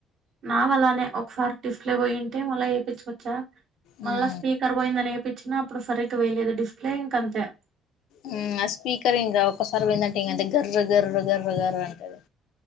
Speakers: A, on the right; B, on the left.
A: నాది అలానే ఒకసారి డిస్ప్లే పొయ్యింటే మళ్ళా ఎయిపిచ్చుకొచ్చా
B: మ్మ్
A: మళ్ళా స్పీ కర్ పోయిందని ఎయిపిచ్చినా అప్పుడు సరిగ్గా వెయైయలేదు డిస్ప్లే ఇంక అంతే
B: ఉమ్ ఆ స్పీకర్ ఇంకా ఒక్కసారి పోయిందంటే ఇంక అంతే గర్రు గర్రు గర్రు గర్రు అంటది